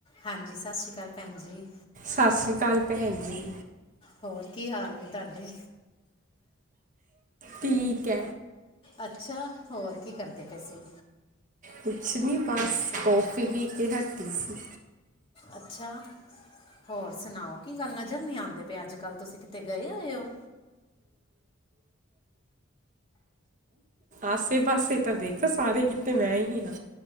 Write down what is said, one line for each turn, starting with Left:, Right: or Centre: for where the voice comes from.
Left: ਹਾਂਜੀ ਸਤਿ ਸ੍ਰੀ ਅਕਾਲ ਭੈਣ ਜੀ।
Right: ਸਤਿ ਸ਼੍ਰੀ ਅਕਾਲ ਭੈਣ ਜੀ।
Left: ਹੋਰ ਕੀ ਹਾਲ ਨੇ ਤਾਡੇ
Right: ਠੀਕ ਹੈ।
Left: ਅੱਛਾ ਹੋਰ ਕੀ ਕਰਦੇ ਪਏ ਸੀਂ।
Right: ਕੁਛ ਨੀ ਬਸ ਕੌਫੀ ਵੀ ਕੇ ਹਟੀ ਸੀ।
Left: ਅੱਛਾ ਹੋਰ ਸੁਣਾਓ ਕੀ ਗੱਲ ਨਜ਼ਰ ਨੀ ਆਉਂਦੇ ਪਏ ਅੱਜ ਕੱਲ ਤੁਸੀਂ ਕਿਤੇ ਗਏ ਹੋਏ ਹੋ?
Right: ਆਸੇ ਪਾਸੇ ਤਾਂ ਦੇਖ ਸਾਰੇ ਕਿਤੇ ਮੈਂ ਹੀ ਹਾਂ।